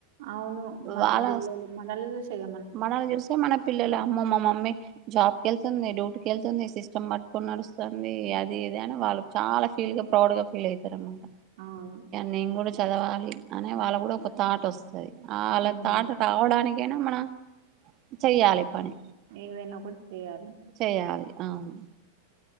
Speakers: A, on the right (about 50°); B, on the right (about 35°).
A: అవును మన
B: వాళ్ళ
A: పిల్లల మనల్ చూసే కదా
B: మనల్ని చూస్తే మన పిల్లలు అమ్మో మా మమ్మీ జాబ్ వెళ్తుంది డ్యూటీకి వెళ్తుంది సిస్టమ్ పట్టుకుని నడుస్తుంది అది ఇది అని వాళ్ళు చాల ఫీల్ గా ప్రౌడ్ గా ఫీల్ అయి తరను మాట
A: అవును
B: నేను కూడా చదవాలి అనే వాళ్ల కూడా ఒక థాట్ వస్తది అలా
A: ఉమ్,
B: థాట్ రావడాని ఏనా మన చేయాలి పని
A: ఏదైనా ఒకటి చేయాలి
B: చేయాలి అవును